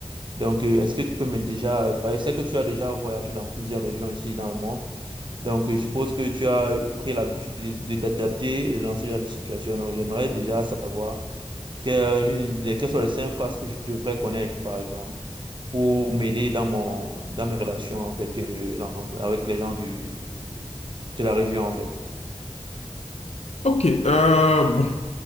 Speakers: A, on the right; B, on the left.
A: Donc, euh, est-ce que tu peux me déjà, parce que je sais que tu as déjà voyagé dans plusieurs régions ici dans le monde. Donc, euh, je suppose que tu as pris l'habitude de, de t'adapter dans ce genre de situation. Donc, j'aimerais déjà savoir que- une des- quelles sont les cinq phrases que je devrais connaître, par exemple, pour m'aider dans mon, dans mes relations avec, euh, l'en- avec les gens du, de la région, en fait.
B: Ok, euh, bon,